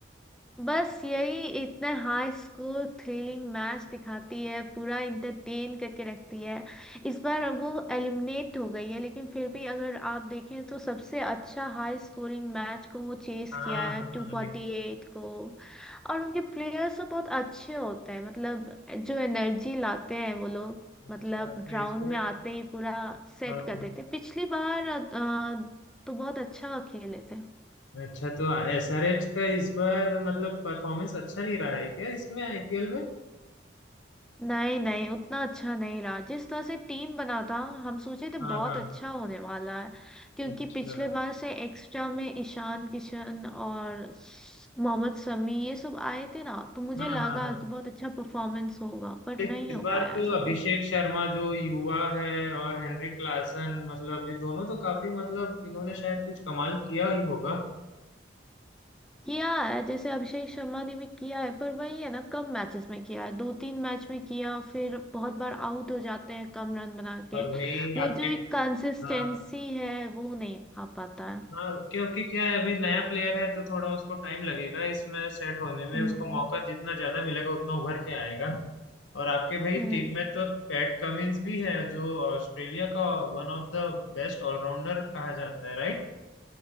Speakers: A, in the centre; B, on the left.
A: बस यही इतने हाई स्कूल थ्रिलिंग मैच दिखाती है पूरा इंटरटेन करके रखती है इस बार वो एलिमिनेट हो गई है लेकिन फिर भी अगर आप देखें तो सबसे अच्छा हाई स्कोरिंग मैच को वो चेस
B: हाँ
A: किया है
B: हाँ
A: टू फोर्टी एट को और उनके प्लेयर्स तो बहुत अच्छे होते हैं मतलब जो एनर्जी लाते हैं वो लोग
B: अच्छा
A: मतलब
B: तो
A: ग्राउंड
B: इस बार
A: में आते ही पूरा सेट
B: हाँ
A: कर देते पिछली बार अ, तो बहुत अच्छा खेले थे
B: अच्छा तो एसआरएच का इस बार मतलब परफॉर्मेंस अच्छा नहीं रहा है क्या इसमें आईपीएल में
A: नहीं नहीं उतना अच्छा नहीं रहा जिस तरह से टीम बना था हम सोचे थे
B: हाँ
A: बहुत
B: हाँ
A: अच्छा होने वाला है क्योंकि
B: अच्छा
A: पिछले बार से एक्स्ट्रा में ईशान किशन और स- मोहम्मद शमी ये सब आए थे ना तो मुझे
B: हाँ
A: लगा
B: हाँ हाँ
A: कि बहुत अच्छा परफॉर्मेंस होगा पर
B: लेकिन
A: नहीं
B: इस
A: हो
B: बार
A: पाया
B: तो
A: ऐसा
B: अभिषेक
A: कुछ
B: शर्मा जो युवा है और हेनरी क्लासन मतलब ये दोनों तो काफी मतलब इन्होंने शायद कुछ कमाल किया ही होगा
A: किया है जैसे अभिषेक शर्मा ने भी किया है पर वही है ना कम मैचेस में किया है दो तीन मैच में किया फिर बहुत बार आउट हो जाते हैं कम रन बना के
B: और भाई
A: वो
B: आपके
A: जो एक कंसिस्टेंसी
B: हाँ
A: है वो नहीं आ पाता है
B: हाँ क्योंकि क्या है अभी नया प्लेयर है तो थोड़ा उसको टाइम लगेगा इसमें सेट होने में
A: हम्म
B: उसको मौका जितना ज्यादा मिलेगा उतना उभर के आएगा और आपके भाई
A: हम्म
B: टीम में तो पैट कमिंस भी है जो ऑस्ट्रेलिया का one of the best allrounder कहा जाता है राइट